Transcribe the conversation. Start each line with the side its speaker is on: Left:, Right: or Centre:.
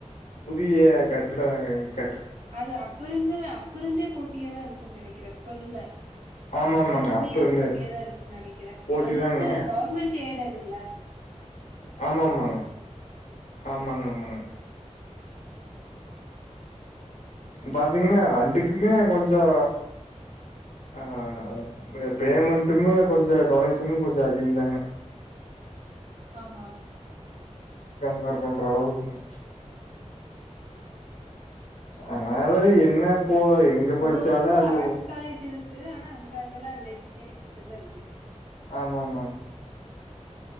Left: புதிய கட்டிடங்க அ
Right: அது அப்ப இருந்தே அப்ப இருந்தே போட்டியாதா இருக்குன் நெனைக்கிறே போல்ல
Left: ஆமாமாங்க.
Right: அப்பருந்தமே
Left: அப்ப
Right: அது
Left: இருந்தே
Right: போட்டியாதா இருக்கு நெனைக்கிறே
Left: போட்டி
Right: அது
Left: தாங்க.
Right: வந்து கவர்மெண்ட் ஏடடுல்ல
Left: ஆமாமாங்க ஆமாங்க ஆமாங்க பாத்தீங்கன்னா ரெண்டுக்குமே கொஞ்சோ ஆ பெ பேமெண்ட்டுமே கொஞ்ச டொனேஷனு கொஞ்ச அதிக தாங்க <inaudible>
Right: ஆமா ஆமா
Left: பேர் பண்ற அளவுக்குங்க ஆனாலு என்ன இப்போ எங்க
Right: அங்க
Left: படிச்சாலும்
Right: வந்து
Left: அது
Right: ஆர்ட்ஸ் காலேஜ் இருக்கு ஆனா அங்க அதெல்லா இல்ல இன்ஜினியரிங் மட்டுதா இருக்குது
Left: ஆமா ஆமாங்க